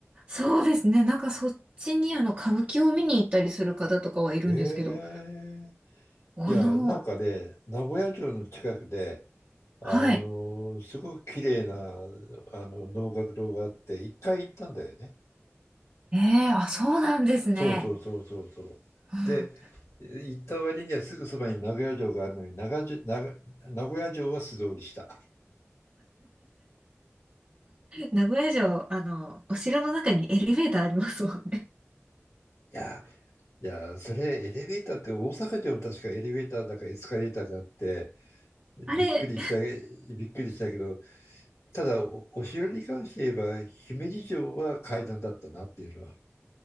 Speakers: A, on the right; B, on the left.
A: そうですね。なんかそっちにあの歌舞伎を見に行ったりする方とかはいるんですけど、
B: ええ
A: おの、
B: いや、なんかね、名古屋城の近くで、あのすごく綺麗な
A: はい。
B: あの能楽堂があって、一回行ったんだよね。
A: ええあ、そうなんですね。
B: そうそうそうそうそう。
A: うん
B: で、行った割にはすぐそばに名古屋城があるのに、長じ長名古屋城は素通りした。
A: 名古屋城、あの、お城の中にエレベーターありますもんね。
B: いや、いや、それエレベーターって大阪城も確かエレベーターだかエスカレーターがあって、びっくりした、
A: あれ、
B: びっくりしたけど、ただお、お城に関して言えば、姫路城は階段だったなっていうのは。